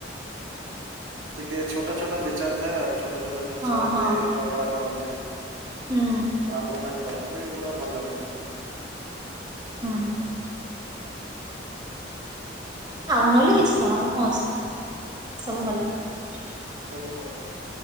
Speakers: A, on the right (about 85°); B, on the right (about 25°).
A: ଟିକେ ଛୋଟ ଛୋଟ ବିଚାର ଥାଏ ଆଉ, ଛୋଟ ଛୋଟ ଜିନିଷରେ
B: ହଁ ହଁ
A: ବି ଝଗଡା କରନ୍ତି।
B: ହୁଁ
A: ଆରର୍ଗୁମେଣ୍ଟ କରନ୍ତି ଏଇଗୁଡା ଭଲ ଲାଗେ ନା ଟିକେ।
B: ହୁଁ। ଆଉ ନହେଲେ କିଛି ନୁହଁ ଆଉ ମସ୍ତ ସବୁ
A: ହୁଁ
B: ଭଲ।
A: ହୁଁ ସବୁ ବଢିଆ।